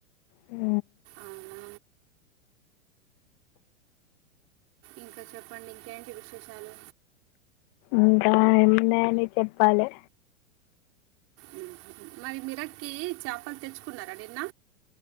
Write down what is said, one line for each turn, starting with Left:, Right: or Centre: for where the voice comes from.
Left: హు
Right: అవునా ఇంక చెప్పండి ఇంకేంటి విశేషాలు
Left: ఇంకా <unintelligible> ఉంది అని చెప్పాలే
Right: మ్మ్. మరి మిరక్కి చేపలు తెచ్చుకున్నారా నిన్న